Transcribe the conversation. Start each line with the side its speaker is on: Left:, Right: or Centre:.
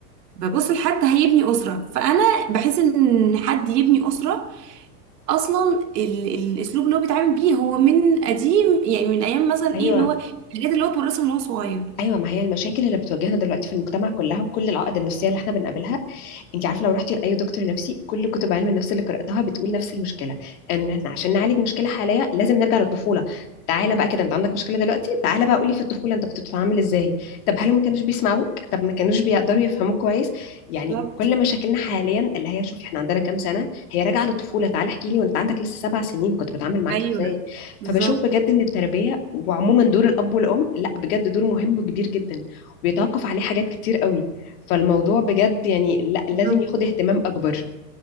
Right: ببص لحد هيبني اسره فانا بحس ان حد يبني اسره اصلا ال- الاسلوب اللي هو بيتعامل بيه هو من قديم يعني من ايام مثلا
Left: ايوه
Right: ايه اللي هو الحاجات اللي هو اتورثها من هو صغير
Left: ايوه ما هي المشاكل اللي بتواجهنا دلوقتي في المجتمع كلها وكل العقد النفسيه اللي احنا بنقابلها انت عارفه لو رحتي لاي دكتور نفسي كل كتب علم النفس اللي قراتها بتقول نفس المشكله ان احنا عشان نعالج مشكله حاليه لازم نرجع للطفوله تعالى بقى كده انت عندك مشكله دلوقتي تعالى بقى قولي في الطفوله انت كنت بتتعامل ازاي طب هل ما كانوش بيسمعوك طب ما كانوش بيقدروا يفهموك كويس يعني
Right: بالظبط
Left: كل مشاكلنا حاليا اللي هي شوفي احنا عندنا كام سنه هي راجعه للطفوله تعالى احكي لي وانت عندك لسه سبع سنين كنت بتعامل معاك
Right: ايوه
Left: ازاي
Right: بالظبط
Left: فبشوف بجد ان التربيه وعموما دور الاب والام لا بجد دور مهم وكبير جدا وبيتوقف عليه حاجات كتير قوي فالموضوع بجد يعني لا
Right: بالظبط
Left: لازم ياخد اهتمام اكبر